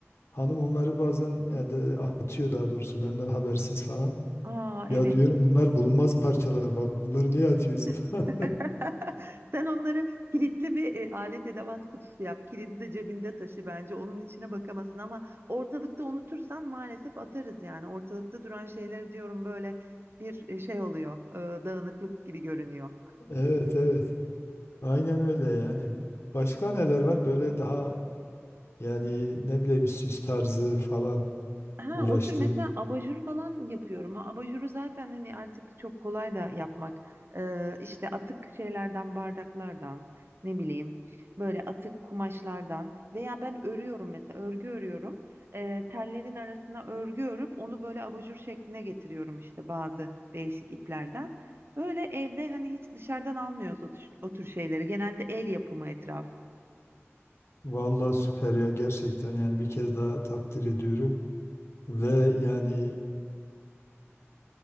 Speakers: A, on the left; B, on the right.
A: hanım onları bazen ya da atıyor daha doğrusu benden habersiz falan.
B: Aa evet.
A: Ya diyorum bunlar bulunmaz parçalar bak bunları niye atıyorsun <laughs>
B: <laughs>
A: falan.
B: Sen onları kilitli bir e, alet edevat kutusu yap. Kilidi de cebinde taşı bence. Onun içine bakamasın ama ortalıkta unutursan maalesef atarız yani. Ortalıkta duran şeyleri diyorum böyle bir e, şey oluyor. e, dağınıklık gibi görünüyor.
A: Evet evet. Aynen öyle yani. Başka neler var böyle daha yani ne bileyim süs tarzı falan
B: Ha,
A: uğraştın.
B: o tür mesela abajur falan yapıyorum. Ha, Abajuru zaten hani artık çok kolay da yapmak. Ee, işte atık şeylerden, bardaklardan, ne bileyim, böyle atık kumaşlardan veya ben örüyorum mesela, örgü örüyorum. Ee, tellerin arasına örgü örüp onu böyle abajur şekline getiriyorum işte bazı değişik iplerden. Böyle evde hani hiç dışarıdan almıyoruz o tür, o tür şeyleri. Genelde el yapımı etraf.
A: Vallahi süper ya gerçekten yani bir kez daha takdir ediyorum. Ve yani